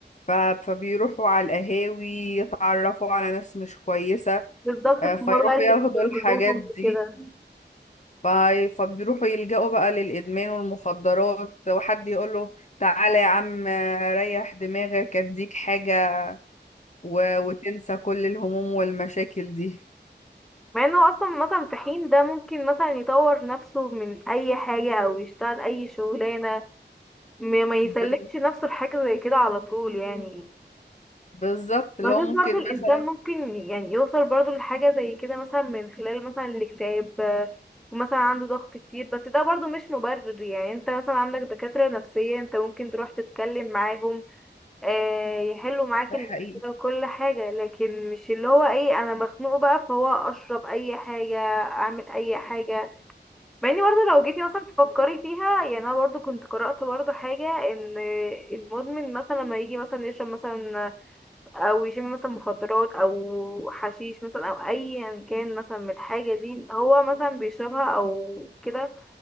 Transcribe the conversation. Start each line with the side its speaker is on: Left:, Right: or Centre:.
Left: ف- فبيروحوا على القهاوي يتعرفوا على ناس مش كويسة
Centre: بالظبط
Left: آه،
Centre: هما
Left: فيروحوا
Centre: بقى اللي
Left: ياخدوا
Centre: بيربطوهم
Left: الحاجات دي
Centre: بكده
Left: ف- فبيروحوا يلجأوا بقى للإدمان والمخدرات وحد يقوله تعالى يا عم ريح دماغك اديك حاجة و- وتنسى كل الهموم والمشاكل دي
Centre: مع انه اصلا مثلا في حين ده ممكن مثلا يطور نفسه من اي حاجة او يشتغل اي شغلانة ما ما يسلمش
Left: بز-
Centre: نفسه لحاجة زي كده على طول يعني
Left: بالظبط اللي
Centre: بشوف
Left: هو ممكن
Centre: برضو الانسان
Left: مثلا
Centre: ممكن يعني يوصل برضو لحاجة زي كده مثلا من خلال مثلا الاكتئاب آه، ومثلا عنده ضغط كتير بس ده برضو مش مبرر يعني انت مثلا عندك دكاترة نفسية انت ممكن تروح تتكلم معاهم آه، يحلوا معاك
Left: ده
Centre: المشكلة
Left: حقيقي
Centre: وكل حاجة لكن مش اللي هو ايه انا مخنوق بقى فهو اشرب اي حاجة اعمل اي حاجة مع اني برضه لو جيتي مثلا تفكري فيها يعني انا برضه كنت قرأت برضه حاجة ان المدمن مثلا لما يجي مثلا يشرب مثلا او يشم مثلا مخدرات او حشيش مثلا او ايا كان مثلا من الحاجة دي هو مثلا بيشربها او كده